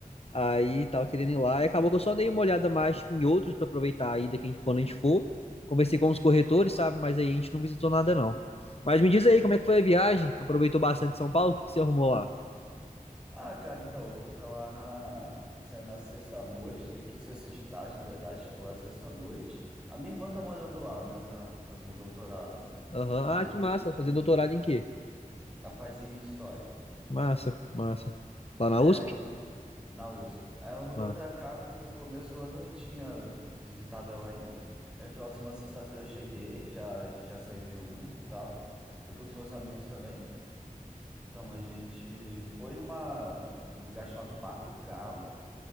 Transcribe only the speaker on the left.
Aí tava querendo ir lá, e acabou que eu só dei uma olhada mais, tipo, em outros pra aproveitar a ida que a gente- quando a gente for. Conversei com os corretores, sabe? Mas aí a gente não visitou nada, não. Mas me diz aí, como é que foi a viagem? Aproveitou bastante São Paulo? O que que você arrumou lá?
Aham.
Ah, que massa. Fazendo doutorado em quê?
Massa, massa. Lá na
USP?
Massa.